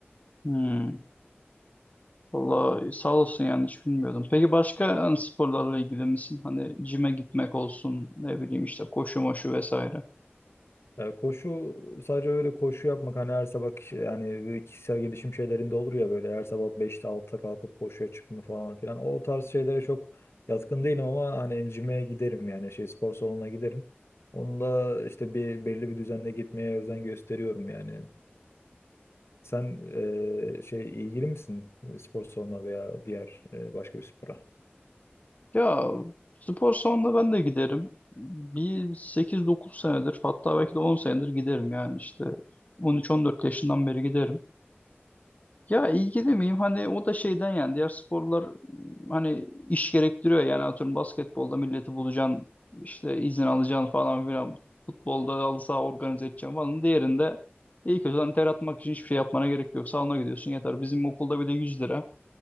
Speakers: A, on the left; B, on the left.
A: Hmm. Vallahi sağ olsun yani hiç bilmiyordum. Peki başka hani sporlarla ilgili misin? Hani cime gitmek olsun, ne bileyim işte koşu moşu vesaire.
B: Ya koşu sadece öyle koşu yapmak hani her sabah kişi- yani böyle kişisel gelişim şeylerinde olur ya böyle her sabah beşte 6'da kalkıp koşuya çıkma falan filan. O tarz şeylere çok yatkın değilim ama hani cime giderim yani şey spor salonuna giderim. Onu da işte bir belli bir düzenle gitmeye özen gösteriyorum yani. Sen eee, şey ilgili misin e, spor salonuna veya diğer e, başka bir spora?
A: Ya spor salonuna ben de giderim. Bir 8-9 senedir hatta belki de 10 senedir giderim yani işte 13-14 yaşından beri giderim. Ya ilgili miyim? Hani o da şeyden yani diğer sporlar m, hani iş gerektiriyor yani atıyorum basketbolda milleti bulacaksın işte izin alacaksın falan filan futbolda halı saha organize edeceksin falan diğerinde iyi kötü hani ter atmak için hiçbir şey yapmana gerek yok salona gidiyorsun yeter bizim okulda bile 100 lira